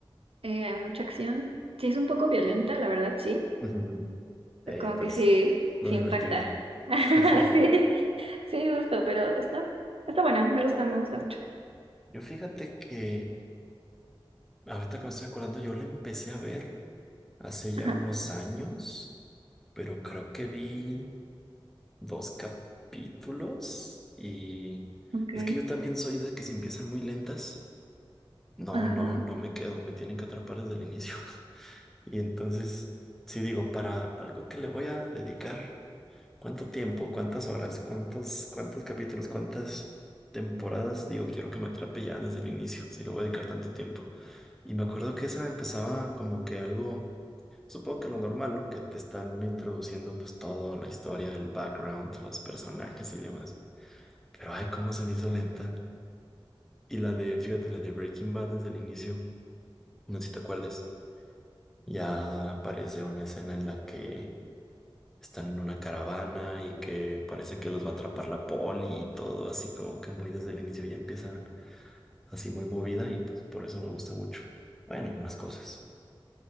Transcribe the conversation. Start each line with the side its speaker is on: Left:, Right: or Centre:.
Right: eh, hay mucha acción. Sí, es un poco violenta, la verdad, sí
Centre: <laughs> Eh,
Right: Es como
Centre: pues
Right: que sí,
Centre: lo
Right: se
Centre: divertido.
Right: impacta. <laughs>
Centre: <laughs>
Right: Sí, sí, justo, pero está, está buena, me gusta, me gusta mucho.
Centre: Yo fíjate que ahorita que me estoy acordando, yo la empecé a ver hace ya
Right: Ajá,
Centre: unos años, pero creo que vi dos capítulos y
Right: ok.
Centre: es que yo también soy de que si empiezan muy lentas, no,
Right: Ajá.
Centre: no, no me quedo, me tienen que atrapar desde el inicio. <laughs> Y entonces, sí digo, para algo que le voy a dedicar, ¿cuánto tiempo, cuántas horas, cuántos, cuántos capítulos, cuántas temporadas? Digo, quiero que me atrape ya desde el inicio, si lo voy a dedicar tanto tiempo. Y me acuerdo que esa empezaba como que algo, supongo que lo normal, ¿no? Que te están introduciendo pues toda la historia, el background, los personajes y demás. Pero ay, cómo se me hizo lenta. Y la de, fíjate, la de Breaking Bad desde el inicio, no sé si te acuerdes. Ya aparece una escena en la que están en una caravana y que parece que los va a atrapar la poli y todo, así como que muy desde el inicio ya empieza así muy movida y pues por eso me gusta mucho. Bueno, y más cosas.